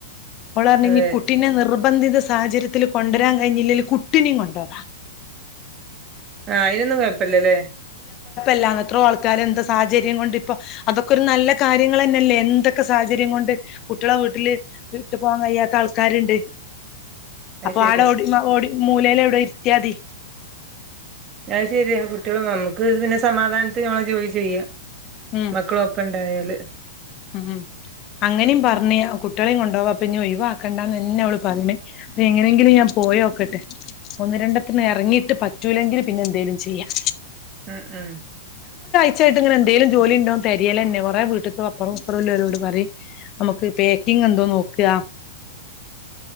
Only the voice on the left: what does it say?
ഓളാന്നെങ്കി
കുട്ടീനെ നിർ നിർബന്ധിത സാഹചര്യത്തില് കൊണ്ടുവരാൻ കഴിഞ്ഞില്ലേല് കുട്ടീനെ കൊണ്ടോവാ.
ല്ല എത്രോ ആൾക്കാരെ എന്ത സാഹചര്യം കൊണ്ട് ഇപ്പൊ അതൊക്കെ ഒരു നല്ല കാര്യങ്ങൾ തന്നല്ലേ എന്തൊക്കെ സാഹചര്യം കൊണ്ട് കുട്ടികളെ വീട്ടില് വിട്ട് പോകാൻ കഴിയാത്ത ആൾക്കാരിണ്ട്.
അപ്പൊ
ആടെ ഓടി ഓടി മൂലയില എവിടെ ഇരുത്തിയാതി.
ഉം
ഉം അങ്ങനെയും പറഞ്ഞ കുട്ടികളെയും കൊണ്ടപോവാ അപ്പ ഇനി ഒഴിവാക്കണ്ടാന്ന്ന്നെ അവള് പറയണേ അപ്പ എങ്ങനെങ്കിലും ഞാൻ പോയോക്കട്ടെ ഒന്ന് രണ്ടെത്തിന് ഇറങ്ങിട്ട് പറ്റൂല്ലെങ്കില് പിന്നെ എന്തേലും ചെയ്യാം
ഇച്ച് എന്തേലും ജോലി ഉണ്ടോന്ന് തെരയല്ന്നെ കുറെ വീട്ട് അപ്പുറം ഇപ്പറല്ലരോട് പറയും നമുക്ക് പാക്കിങ് എന്തോ നോക്കുക